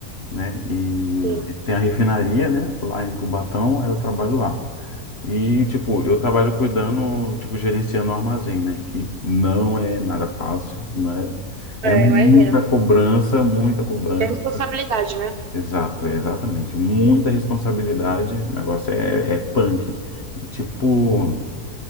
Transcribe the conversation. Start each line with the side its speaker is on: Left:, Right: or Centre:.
Left: né? E
Right: Sim.
Left: tem a refinaria, né? Lá em Cubatão, aí eu trabalho lá. E, tipo, eu trabalho cuidando, tipo, gerenciando o armazém, né? Que não é nada fácil, né?
Right: É,
Left: É muita
Right: imagina.
Left: cobrança, muita cobrança.
Right: Não tem responsabilidade, né?
Left: Exato, é exatamente. Muita responsabilidade. O negócio é, é punk. Tipo.